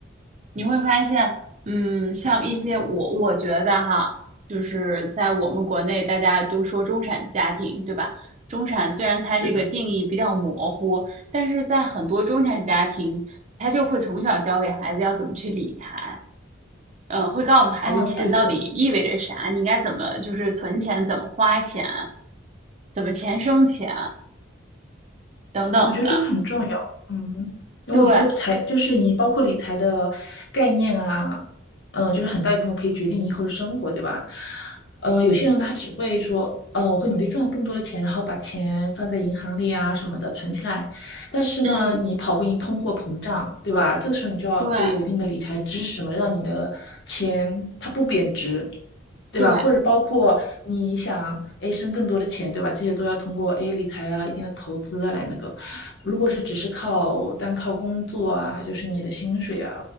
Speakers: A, on the right; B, on the left.
A: 你会发现，嗯，像一些我我觉得哈，就是在我们国内大家都说中产家庭，对吧？中产虽然它这个定义比较模糊，
B: 是的，
A: 但是在很多中产家庭，他就会从小教给孩子要怎么去理财，嗯，会告诉孩子钱到底意味着啥，
B: 嗯，对的。
A: 你应该怎么就是存钱，怎么花钱，怎么钱生钱等等的。
B: 我觉得这个很重要，嗯因为我觉得财就是你包括理财的概念啊，
A: 对，
B: 嗯、呃就是很大一部分可以决定你以后的生活，对吧？呃，有些人呢他只会说，呃，我会努力赚更多的钱，然后把钱放在银行里啊什么的存起来，但是呢，
A: 嗯，
B: 你跑不赢通货膨胀，对吧？这个时候你就要，
A: 对
B: 哎，有一定的理财知识什么的让你的钱它不贬值，对吧？
A: 对。
B: 或者包括你想诶生更多的钱，对吧？这些都要通过哎，理财啊、一定的投资啊来那个。如果是只是靠单靠工作啊，就是你的薪水啊，